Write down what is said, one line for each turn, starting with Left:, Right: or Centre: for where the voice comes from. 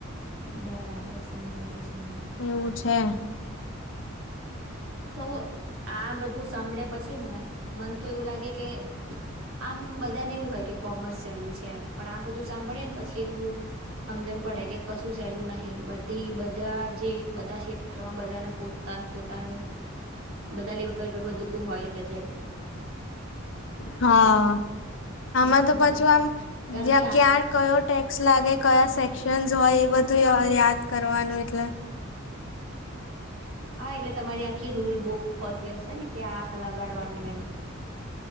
Right: બરાબર સમજાય ગું સમજાય ગયું.
Left: એવું છે
Right: તો આ બધું સાંભળ્યા પછી ને મન તો એવું લાગે કે આમ બધાને એવું હોય કે કોમર્સ સહેલું છે પણ આ બધું સાંભળે ને પછી એવું સમજણ પડે કે કશું સહેલું નહી બધી બધા જે બધા ક્ષેત્રમાં બધાને પોતા પોતાની બધા લેવલ પર બધું. મોય જેમ
Left: હા. આમાં તો પછું
Right: કે
Left: આમ
Right: કારણ
Left: જ્યાં
Right: કે આ
Left: ક્યા ઓક્શન હોય એ બધું યાદ કરવાનું એટલે
Right: હા એટલે તમારી આખી રૂલ બુક હોતી હશે ને કે આ લગાડવાનું એમ.